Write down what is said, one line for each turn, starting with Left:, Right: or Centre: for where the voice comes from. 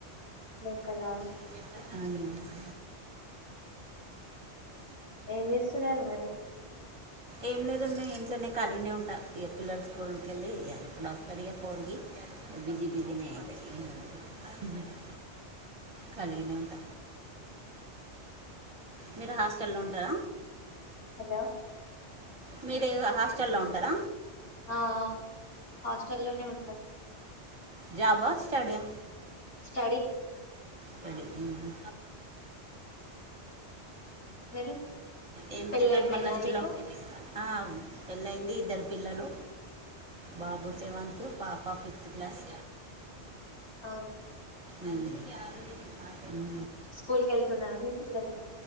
Left: లోకల
Right: <unintelligible>
Left: ఏం చేస్తున్నారు మరి
Right: ఏం లేదు ఇంట్లోనే <unintelligible> ఉంటా ఇక పిల్లల స్కూల్కి వెళ్ళి ఇ ఇప్పుడు వస్తారు ఇక ఫోర్క బిజి బిజినే అయితేయి <unintelligible> ఖాళీగానే ఉంట మీరు హాస్టల్లో ఉంటార
Left: హలో
Right: మీ <unintelligible> హాస్టల్ల్లో ఉంటార
Left: ఆ ఆ హాస్టల్లోనే ఉంటామ్
Right: జాబా ఆ స్టడీ అ
Left: స్టడీ
Right: తడి ఉహు ఊ
Left: మీరు
Right: ఏం
Left: పెళ్ళయిపోయిందా
Right: తిన్నర్ మళ్ళంచులో
Left: మీకు
Right: ఆం పెళ్ళయింది ఇద్దర్ పిల్లలు బాబు సెవెంత్ పాప ఫిఫ్త్ క్లాస్
Left: అవునా
Right: ఉమ్ ఉహ్మ్
Left: స్కూల్ కెళ్తున్నార మీ పిల్లలు